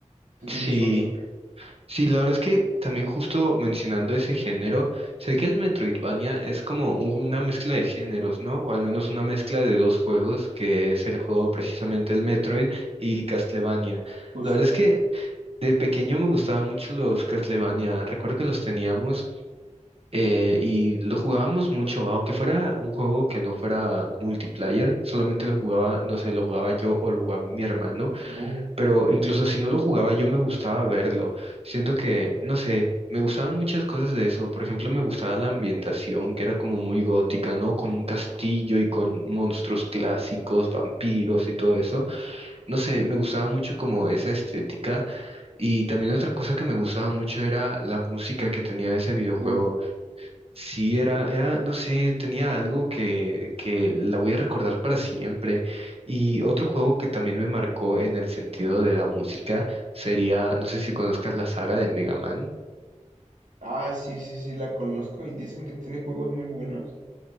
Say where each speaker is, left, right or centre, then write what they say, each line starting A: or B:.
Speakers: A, on the right (about 85°); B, on the right (about 50°).
A: Tú
B: Sí.
A: tienes otro,
B: Sí, la verdad es que también justo mencionando ese género, sé que el Metroidvania es como u- una mezcla de géneros, ¿no? O al menos una mezcla de dos juegos, que es el juego precisamente el Metroid y Castlevania.
A: justo.
B: La verdad es que de pequeño me gustaban mucho los Castlevania, recuerdo que los teníamos eh, y lo jugábamos mucho, aunque fuera un juego que no fuera multiplayer, solamente lo jugaba, no sé, lo jugaba yo o lo jugaba mi hermano
A: Oh.
B: pero incluso si no lo jugaba, yo me gustaba verlo. Siento que, no sé, me gustaban muchas cosas de eso. Por ejemplo, me gustaba la ambientación, que era como muy gótica, ¿no? Con un castillo y con monstruos clásicos, vampiros y todo eso. No sé, me gustaba mucho como esa estética. Y también otra cosa que me gustaba mucho era la música que tenía ese videojuego.
A: Uf.
B: Sí, era, era, no sé, tenía algo que, que la voy a recordar para siempre. Y otro juego que también me marcó en el sentido de la música sería, no sé si conozcas la saga de Mega Man.
A: Ah, sí, sí, sí, la conozco y dicen que tiene juegos muy buenos.